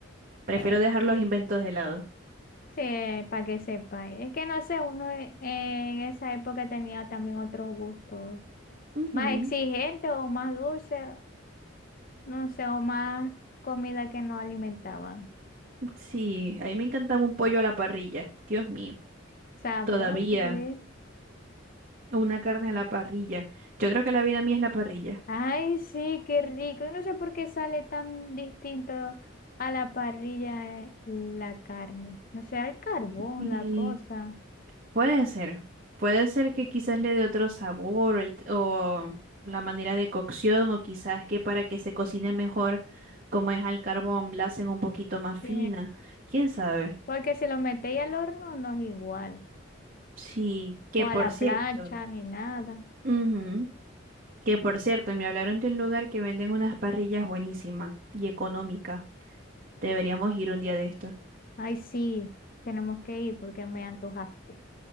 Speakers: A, on the right; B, on the left.
A: Prefiero
B: Eh,
A: dejar los inventos de lado.
B: sí, para que sepa. Es que no sé, uno eh, en esa época tenía también otros gustos,
A: Ujú.
B: más exigentes o más dulces, no sé, o más comida que no alimentaban.
A: Sí, a mí me encantaba un pollo a la parrilla. Dios mío,
B: Sabroso,
A: todavía
B: sí.
A: una carne a la parrilla. Yo creo que la vida mía es la parrilla.
B: Ay, sí, qué rico. Yo no sé por qué sale tan distinto a la parrilla eh, la carne. No sé, el carbón,
A: Y
B: la cosa.
A: puede ser, puede ser que quizás le dé otro sabor el- o la manera de cocción o quizás que para que se cocine mejor, como es al carbón, la hacen un poquito más fina.
B: Sí.
A: ¿Quién sabe?
B: Porque si lo metéis al horno no es igual.
A: Sí, que
B: O a
A: por
B: la
A: cierto.
B: plancha ni nada.
A: ujú, Que por cierto, me hablaron de un lugar que venden unas parrillas buenísimas y económicas. Deberíamos ir un día de esto.
B: Ay, sí, tenemos que ir porque me antojaste.